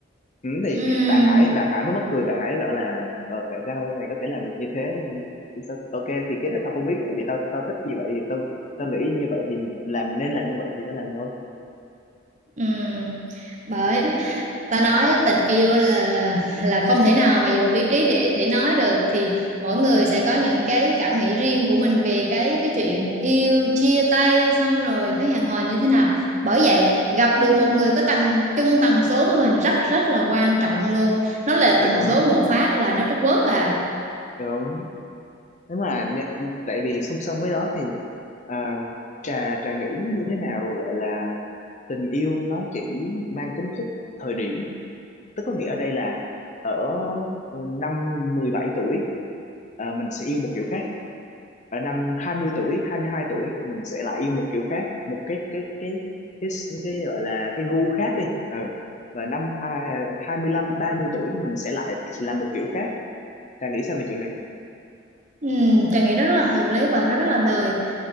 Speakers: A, on the left; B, on the right.
A: ừ, thì
B: Ừ,
A: bạn Hải bạn Hải mới mắc cười bạn Hải bảo là ờ tại sao mày có thể làm được như thế nên sao- ok thì cái đó tao không biết tại vì tao tao thích như vậy thì tao tao nghĩ như vậy thì làm nên làm như vậy thì tao làm thôi
B: ừ. Bởi ta nói tình yêu là là là không thể nào mà dùng lý trí để để nói được thì mỗi người sẽ có
A: ừ.
B: những cái cảm nghĩ riêng của mình về cái cái chuyện yêu chia tay xong rồi phải hẹn hò như thế nào. Bởi vậy gặp được một người có tần chung tần số với mình rất rất là quan trọng luôn. Nó là
A: đúng
B: tần số một phát là nó trút quớt à.
A: đúng nếu mà nè- tại vì song song với đó thì à, trà trà nghĩ như thế nào gọi là tình yêu nó chỉ mang tính chất thời điểm tức có nghĩa ở đây là ở ờ, năm 17 tuổi à, mình sẽ yêu một kiểu khác ở năm 20 tuổi 22 tuổi mình sẽ lại yêu một kiểu khác một cái cái cái cái, cái, gọi là cái gu khác đi ừ. và năm hai hai mươi lăm, ba mươi tuổi mình sẽ lại là một kiểu khác Trang nghĩ sao về chuyện này
B: Ừ, Trà nghĩ nó rất là hợp lý và nó rất là đời